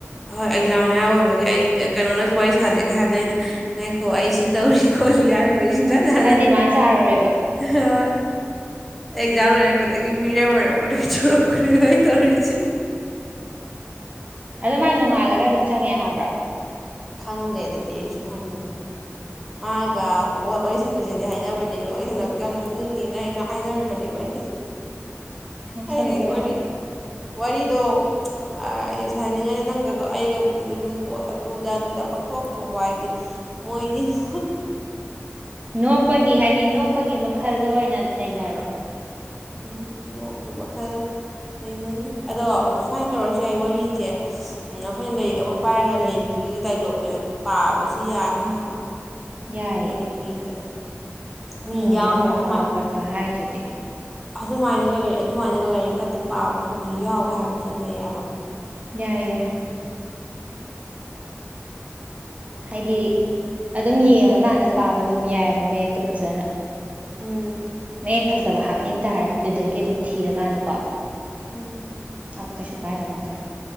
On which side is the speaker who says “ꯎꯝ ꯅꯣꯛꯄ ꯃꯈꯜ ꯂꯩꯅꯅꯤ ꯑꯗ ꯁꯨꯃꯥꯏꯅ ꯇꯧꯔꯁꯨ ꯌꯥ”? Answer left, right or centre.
Centre